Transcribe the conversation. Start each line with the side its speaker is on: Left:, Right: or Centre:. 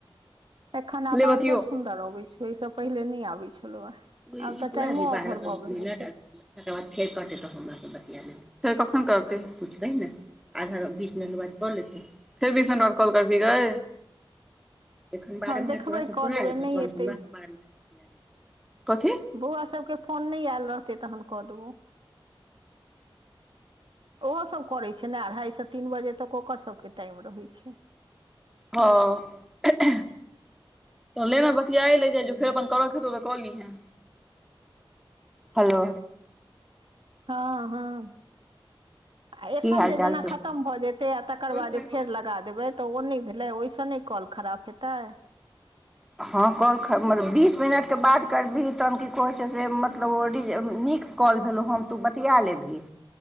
Right: एखन
Centre: ले
Right: आवाज
Centre: बतियौ
Right: बड़ सुंन्दर अबै छै ओहि सँ पहिले नहि आबै छलौ हे
Centre: ई
Right: आब तऽ
Centre: पूरा
Right: टाइमो
Centre: बारह
Right: ओवर भऽ गेल
Centre: मिनट
Right: हेतै
Centre: तकर बाद फेर करतै तऽ हमर सब बतिया तिया लेतैय फेर कखन करतै पुछबै ने आधा बीस मिनट के बाद कऽ लेतै फेर बीस मिनट बाद कॉल करबीही गै
Right: <inaudible>
Centre: एखन बारह
Right: देखबै
Centre: मिनट तोरा सँ
Right: कऽ
Centre: पुरा
Right: लेबै
Centre: लेतौ
Right: नहि
Centre: तहन
Right: एतै
Centre: हमरा सँ बारह मिनट बतिया लेतै कथी
Right: बौआ सब के फोन नहि आयल रहतै तहन कऽ देबौ ओहो सभ करैत छै ने अढ़ाईसँ तीन बजे तक ओकर सभके टाइम रहैत छै
Centre: हँ तऽ ले नऽ बतियाए लै जाइ जो फेर अपन करऽ तऽ करि लेहन। हेलो
Right: हँ हँ आ
Centre: की
Right: एखन
Centre: हाल
Right: जे
Centre: चाल
Right: जेना
Centre: छै
Right: खतम भऽ जेतै आ तकर
Centre: ओइ
Right: बाद?
Centre: साइड के
Right: फेर
Centre: बतियौ
Right: लगा देबै तऽ ओ नहि भेलै ओहिसँ नहि कल खराब हेतै?
Centre: हाँ, कॉल मतलब बीस मिनटके बाद करबै, तहन की कहै छै से मतलब ओहि जे नीक। कॉल भेलो, हम तऽ बतिया लेली